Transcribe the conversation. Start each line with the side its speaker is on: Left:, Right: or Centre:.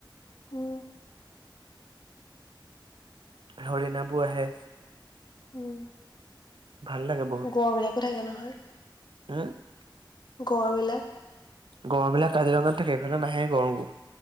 Left: উম
Right: হৰিণাবোৰ আহে।
Left: হুহ।
Right: ভাল লাগে। বহুত
Left: গড় বিলাকো থাকে নহয়।
Right: <unintelligible>
Left: গড়বিলাক।
Right: গড়বিলাক কাজিৰঙাত থাকে এইফালে নাহে গড়বোৰ।